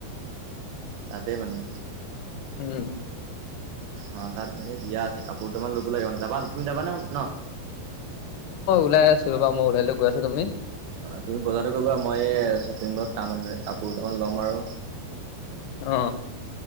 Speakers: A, on the right (about 75°); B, on the left (about 80°).
A: তাতে মানে।
B: উম।
A: অ তাত মানে বিয়া আছে কাপোৰ তামান ল'ব লাগিব মানে যাবা তুমি যাবানে ন।
B: ওলাইছো মই ওলাই গৈ আছো তুমি।
A: অ তুমি বজাৰ কৰিবা মই শ্বপিং মল তান কাপোৰ দুটামান ল'ম আৰু
B: অ